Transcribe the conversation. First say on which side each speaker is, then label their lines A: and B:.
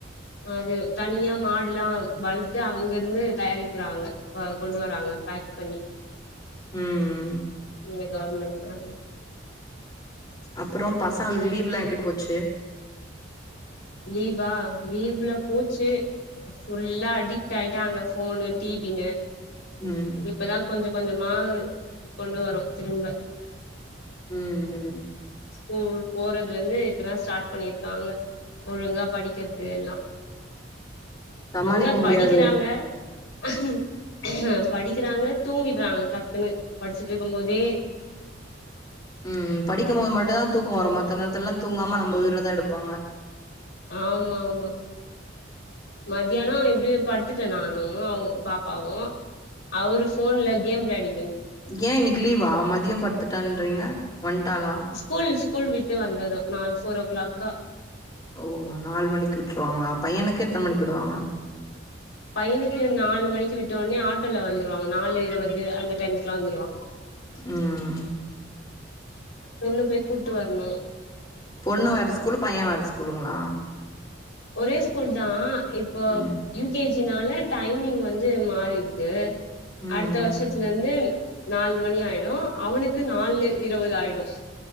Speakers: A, on the left (about 85°); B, on the left (about 25°).
A: அது தனியா மாடுல்லா வளத்து அங்கருந்து தயாரிக்கிறாங்க ம் கொண்டு வராங்க பேக் பண்ணி
B: ம் ம்
A: இங்க கவர்மெண்ட் சார்புல
B: அப்றோ பசங்களுக்கு லீவ்லா எப்டி போ ச்சு
A: லீ வா லீவ்ல போச்சு ஃபுல்லா அடி க்ட் ஆயிட்டாங்க ஃபோனு டி வின்னு
B: ம்
A: இப்பதா கொஞ்ச கொஞ்சமா கொண்டு வரொ திரும்ப
B: ம் ம்
A: ஸ்கூல் போறதுலந்து இப்பதா ஸ்டார்ட் பண்ணிருக்காங்க ஒழுங்கா படிக்கற்து எல்லா
B: சமாளிக்க
A: எங்க
B: முடியாதோ
A: படிக்கிறாங்க உஹம் படிக்கிறாங்க தூங்கிட்றாங்க டக்குனு படிச்சுட்ருக்கும் போதே
B: ம் படிக்கும் போது மட்டு தா தூக்கம் வரு மத்த நேரத்துல்லா தூங்காம நம்ப உயிர தா எடுப்பாங்க
A: ஆமா ஆமா மத்தியானம் எப்படி படுத் ட்டேன் நானும் பாப்பாவும் அவுரு போன்ல கேம் விளையாடி
B: ஏன் இன்னைக்கு லீவா மதியம் படுத்துட்டான்றீங்க வண்டால
A: ஸ்கூல் ஸ்கூல் விட்டு வந்ததும் நாலு ஃபோர் ஓ கிளாக்கா
B: ஓ நாலு மணிக்கு விட்டுருவாங்களா பையனுக்கு எத்தன மணிக்கு விடுவாங்க
A: பையனுக்கு நாலு மணிக்கு விட் டோனே ஆட்டோல வந்துருவாங்க நாலு இருபது அந்த டைம்க்கெல்லாம் வந்துருவாங்க
B: ம்
A: பொண்ணு போய் கூட்டு வரணு
B: பொண்ணு வேர ஸ்கூல் பையன் வேர ஸ்கூ லுங்களா
A: ஒரே ஸ்கூல் தான் இப்போ
B: ம்
A: யு கே ஜி னால டைமிங் வந்து மாறி இருக்கு
B: ம் ம்
A: அடுத்த வருஷத்துல இருந்து நாலு மணி ஆயிடும் அவனுக்கு நாலு இருபது ஆயிடும்